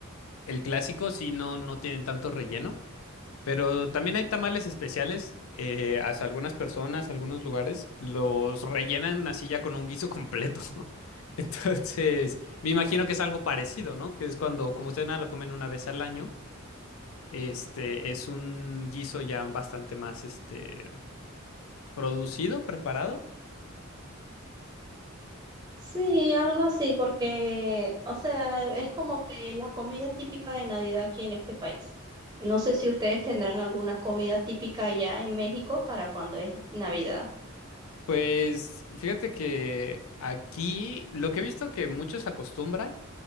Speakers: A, on the left; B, on the right.
A: el clásico, sí, no, no tienen tanto relleno, pero también hay tamales especiales. Eh, hasta algunas personas, algunos lugares, los rellenan así ya con un guiso completo. <laughs> Entonces, me imagino que es algo parecido, ¿no? Que es cuando, como ustedes nada lo comen una vez al año, este es un guiso ya bastante más, este, producido, preparado.
B: Sí, algo así, porque, o sea, es como que la comida típica de Navidad aquí en este país. No sé si ustedes tendrán alguna comida típica allá en México para cuando es Navidad.
A: Pues fíjate que aquí lo que he visto que muchos acostumbran